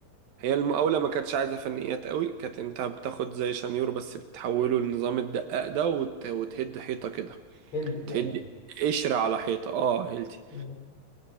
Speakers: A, on the right (about 70°); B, on the left (about 30°).
A: هي المقاولة ما كانتش عايزة فنيات قوي كانت انت بتاخد زي شنيور بس بتحوله لنظام الدقاق ده وت... وتهد حيطة كده
B: هيلب يعني
A: تهد قشرة على حيطة اه هيلتي
B: مم.